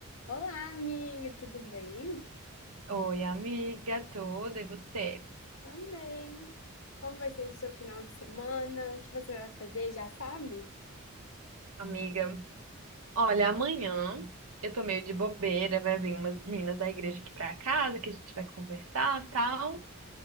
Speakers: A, on the left; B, on the right.
A: Olá, amiga, tudo bem?
B: Oi, amiga, tudo e você?
A: Também. Como vai ser o seu final de semana? O que você vai fazer, já sabe?
B: Amiga, olha, amanhã eu tô meio de bobeira, vai vir umas meninas da igreja aqui pra casa que a gente vai conversar, tal.